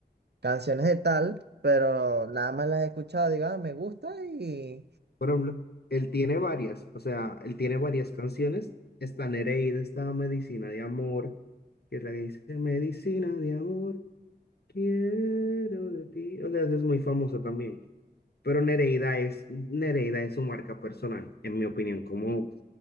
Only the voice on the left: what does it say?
Por ejemplo, él tiene varias, o sea, él tiene varias canciones. Está Nereida, está Medicina de Amor, que es la que dice Medicina de Amor, quiero de ti. O sea, ese es muy famoso también. Pero Nereida es, Nereida es su marca personal, en mi opinión, como,